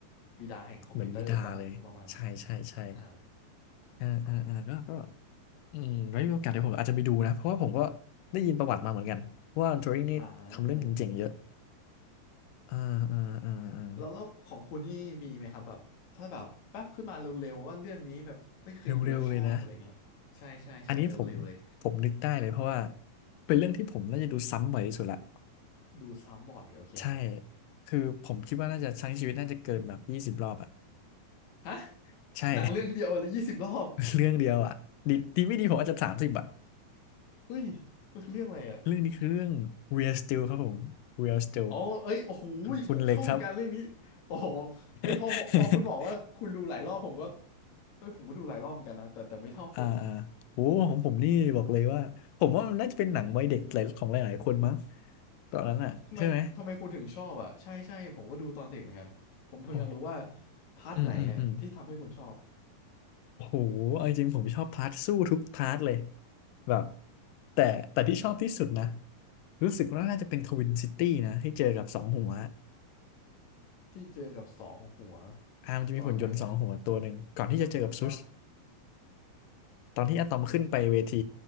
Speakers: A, on the left (about 60°); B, on the left (about 80°).
A: บิดาแห่งคอมพิวเตอร์ปะเอาประมาณนี้
B: เหมือนบิดาเลยใช่ใช่ใช่
A: อ่า
B: อ่าอ่าอ่าก็ก็ อืมไว้มีโอกาสเดี๋ยวผมอาจจะไปดูนะเพราะว่าผมก็ได้ยินประวัติมาเหมือนกันว่าทัวริงนี่ทำเรื่องเจ๋งๆเยอะ
A: อ่า
B: อ่าอ่าอ่าอ่า
A: แล้วแล้วของคุณนี่มีไหมครับแบบถ้าแบบแป๊บขึ้นมาเร็วๆว่าเรื่องนี้แบบไม่เคยดูแล้วชอบอะไรเงี้ยใช่ใช่ใช่เร็วๆเลย
B: เร็วๆเลยนะอันนี้ผมผมนึกได้เลยเพราะว่าเป็นเรื่องที่ผมน่าจะดูซ้ำบ่อยที่สุดละ
A: ดูซ้ำบ่อยโอเคครับ
B: ใช่คือผมคิดว่าน่าจะทั้งชีวิตน่าจะเกินแบบยี่สิบรอบอ่ะ
A: ฮะ
B: ใช่
A: หนังเรื่องเดียวเลยยี่สิบรอบ
B: <laughs> เรื่องเดียวอ่ะดีดีไม่ดีผมอาจจะสามสิบอ่ะ
A: เฮ้ยมันคือเรื่องอะไรอ่ะ
B: เรื่องนี้คือเรื่อง Real Steel ครับผม Real Steel
A: อ๋อเอ้ยโอ้โหผมชอบเหมือนกันเรื่องนี้โอ้โห
B: คุณเล็กครับ
A: เอ้ยพอพอพอคุณบอกว่าคุณดูหลายรอบผมก็
B: <laughs>
A: เอ้ยผมก็ดูหลายรอบเหมือนกันนะแต่แต่ไม่เท่าคุณ
B: อ่าอ่าโอ้ของผมนี่บอกเลยว่าผมว่ามันน่าจะเป็นหนังวัยเด็กหลายของหลายๆคนมั้งตอนนั้นอ่ะใช่ไหม
A: ทำไมทำไมคุณถึงชอบอ่ะใช่ใช่ผมก็ดูตอนเด็กเหมือนกันผมผมอยากรู้ว่า
B: ผม
A: พาร์ทไหนอ่ะที่ทำให้คุณชอบ
B: อืมอืมอืมโอ้โหเอาจริงๆผมชอบพาร์ทสู้ทุกพาร์ทเลยแบบแต่แต่ที่ชอบที่สุดนะรู้สึกว่าน่าจะเป็นทวินซิตี้นะที่เจอกับสองหัว
A: ที่เจอกับสองหัว
B: อ่ามันจะมีหุ่นยนต์สองหัวตัวหนึ่งก่อนที่จะเจอกับซุส
A: ตอนไหนอ่ะเป็นเป็นน้อย
B: ตอนที่อะตอมขึ้นไปเวที